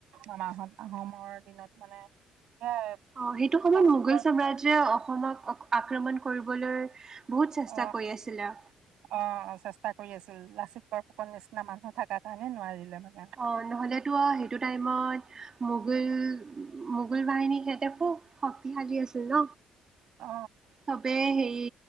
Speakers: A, on the right; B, on the right.
A: এমাহত। আহোমৰ দিনত মানে। এ
B: অ সেইটো সময়ত
A: লাচিত
B: মোগল
A: বৰ
B: সাম্ৰাজ্যে অসমক আক্ৰমণ। কৰিবলৈ। বহুত চেষ্টা
A: অ
B: কৰি আছিলে।
A: অ চেষ্টা কৰি আছে। লাচিত বৰফুকৰন নিচিনা মানুহ থাকাঁ কাৰণে নোৱাৰিলে। মানে
B: অ নহলেতো সেইটো টাইমত মোগল মোগল বাহিনী সেইতে পু শক্তিশালী আছিল ন
A: অ
B: সবে হে এই